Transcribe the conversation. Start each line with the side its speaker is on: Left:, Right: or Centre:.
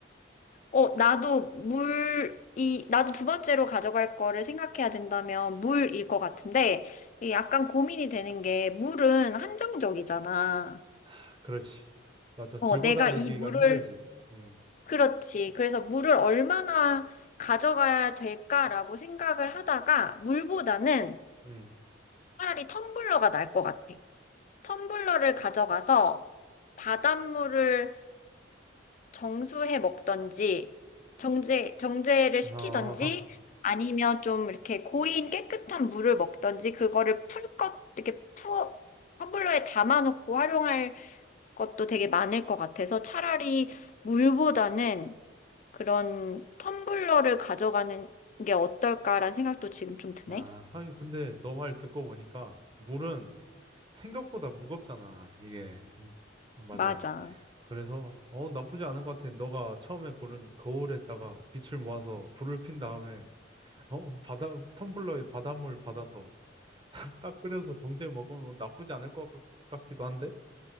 Left: 어, 나도 물이, 나도 두 번째로 가져갈 거를 생각해야 된다면 물일 것 같은데, 이게 약간 고민이 되는 게, 물은 한정적이잖아.
Right: 아, 그렇지. 맞아. 들고
Left: 어, 내가
Right: 다니기가
Left: 이 물을,
Right: 힘들지. 음,
Left: 그렇지. 그래서 물을 얼마나 가져가야 될까라고 생각을 하다가, 물보다는
Right: 음.
Left: 차라리 텀블러가 날 것 같아. 텀블러를 가져가서 바닷물을 정수해 먹던지 정제 정제를
Right: 아,
Left: 시키던지 아니면 좀 이렇게 고인 깨끗한 물을 먹던지 그거를 풀 것 이렇게 푸어 텀블러에 담아놓고 활용할 것도 되게 많을 것 같아서 차라리 물보다는 그런 텀블러를 가져가는 게 어떨까라는 생각도 지금 좀 드네.
Right: 아, 하긴 근데 너 말 듣고 보니까 물은 생각보다 무겁잖아. 이게. 음, 맞아.
Left: 맞아.
Right: 그래서 어 나쁘지 않은 것 같아. 너가 처음에 고른 거울에다가 빛을 모아서 불을 핀 다음에 어 바다 텀블러에 바닷물 받아서 <laughs> 딱 끓여서 정제 먹으면 뭐 나쁘지 않을 것 같- 같기도 한데.